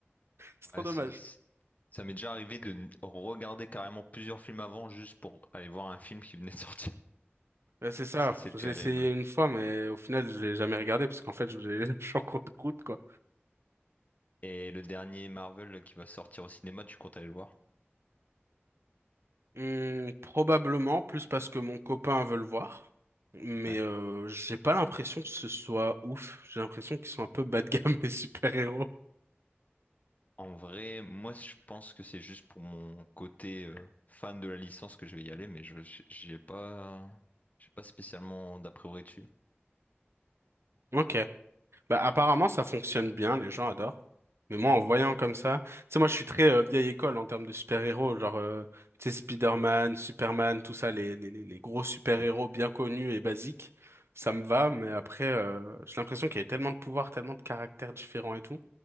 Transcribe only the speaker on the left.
Ouais,
c'est, c'est- ça m'est déjà arrivé de regarder carrément plusieurs films avant juste pour aller voir un film qui venait de sortir.
Ça, c'est terrible.
Et le dernier Marvel qui va sortir au cinéma, tu comptes aller le voir?
Ouais.
En vrai, moi, je pense que c'est juste pour mon côté euh, fan de la licence que je vais y aller, mais je j'ai pas, j'ai pas spécialement d'a priori dessus.
Ouais.